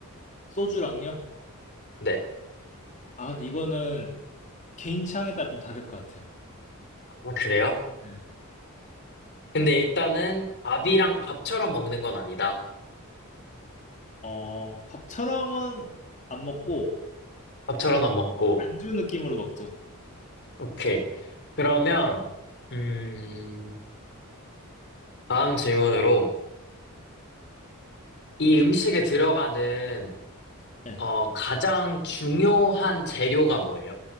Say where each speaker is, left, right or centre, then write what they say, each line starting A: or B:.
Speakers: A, on the left; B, on the left.
A: 소주랑요?
B: 네.
A: 아, 근데 이거는 개인 취향에 따라 좀 다를 것 같아요.
B: 아, 그래요?
A: 네.
B: 근데 일단은 밥이랑 밥처럼 먹는 건 아니다.
A: 어, 밥처럼은 안 먹고
B: 밥처럼 안 먹고.
A: 안주 느낌으로 먹죠.
B: 오케이. 그러면, 음, 다음 질문으로 이 음식에 들어가는,
A: 네.
B: 어, 가장 중요한 재료가 뭐예요?